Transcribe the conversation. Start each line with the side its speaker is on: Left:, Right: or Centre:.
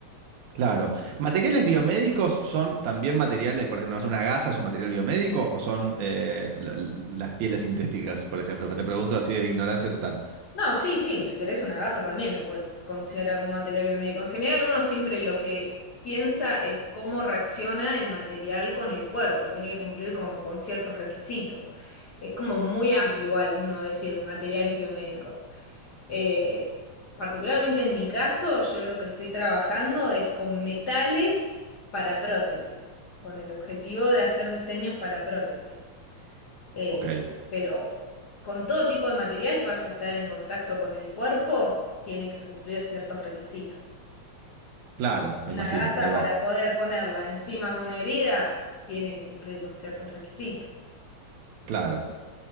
Right: claro. ¿Materiales biomédicos son también materiales, por ejemplo, ¿no es una gasa, es un material biomédico o son eh, la- las pieles sintéticas, por ejemplo? Te pregunto así de ignorancia total.
Left: No, sí, sí, si querés una gasa también lo puedes considerar como material biomédico. En general, uno siempre lo que piensa es cómo reacciona el material con el cuerpo, tiene que cumplir como con ciertos requisitos. Es como muy amplio igual uno decir materiales biomédicos. Eh, particularmente en mi caso, yo lo que estoy trabajando es con metales para prótesis, con el objetivo de hacer diseños para prótesis eh,
Right: Ok,
Left: pero con todo tipo de material que vaya a estar en contacto con el cuerpo, tiene que cumplir ciertos requisitos. Entonces,
Right: claro,
Left: una
Right: me imagino,
Left: gasa
Right: ahí
Left: para
Right: va.
Left: poder ponerla encima de una herida, tiene que cumplir con ciertos requisitos.
Right: Claro,